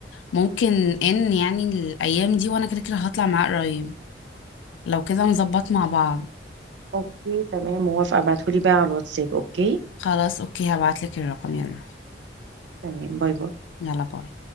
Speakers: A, on the left; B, on the right.
A: ممكن ان يعني الايام دي وانا كده كده هطلع معاه قريب لو كده نظبط مع بعض
B: اوكي تمام موافقة ابعتهولي بقى على الواتساب اوكي
A: خلاص اوكي هبعتلك الرقم يا روحي
B: تمام باي باي
A: يلا باي